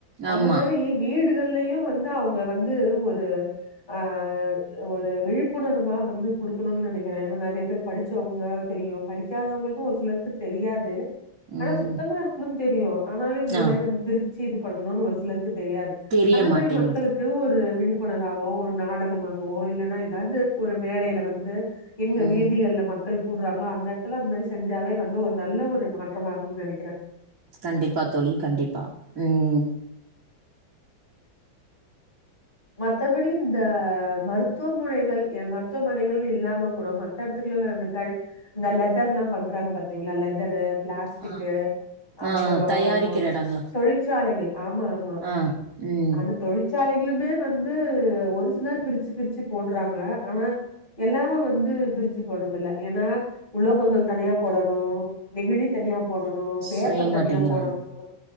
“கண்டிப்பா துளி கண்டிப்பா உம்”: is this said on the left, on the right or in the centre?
Right